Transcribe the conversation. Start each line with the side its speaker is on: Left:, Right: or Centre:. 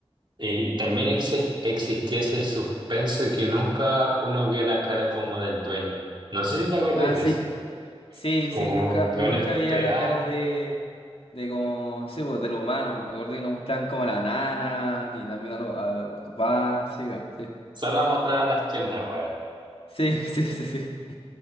Right: eh, también exi- existía ese suspenso que nunca uno vio la cara como del dueño. No sé si te acordáis
Left: Ah,
Right: de
Left: sí,
Right: eso
Left: sí,
Right: como
Left: sí, nunca,
Right: yo
Left: uno
Right: no
Left: nunca
Right: esperaba.
Left: veía la cara de, de como, sí, pues, de los humanos. Me acuerdo que nos mostraban como a la nana y también a, los a los papás, sí, weón, sí.
Right: Solo mostraba las piernas, weón.
Left: Sí, <laughs> sí, sí, sí.